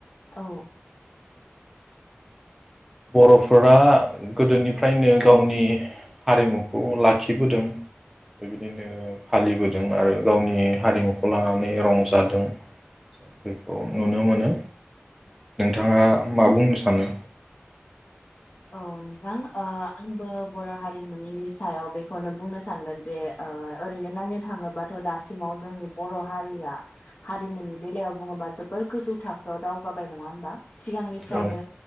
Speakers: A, on the left; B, in the centre.
A: औ
B: बर'फोरा गोदोनिफ्रायनो गावनि हारिमुखौ लाखिबोदों बेबायदिनो फालिबोदों आरो गावनि हारिमुखौ लानानै रंजादों जों बेखौ नुनो मोनो नोंथाङा मा बुंनो सानो?
A: औ नोंथां ओ आंबो बर' हारिमुनि सायाव बेखौनो बुंनो सानगोन जे ओ ओरैनो नायनो थाङोबाथ' दासिमाव जोंनि बर' हारिया हारिमुनि बेलायाव बुङोबा जोबोर गोजौ थाखोआव दावगाबाय। नङा होमबा? सिगांनिफ्रायनो
B: औ